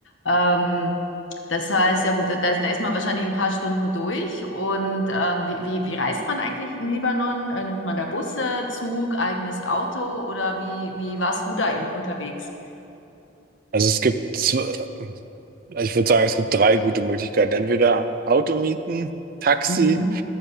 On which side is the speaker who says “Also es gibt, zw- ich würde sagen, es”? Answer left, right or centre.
Right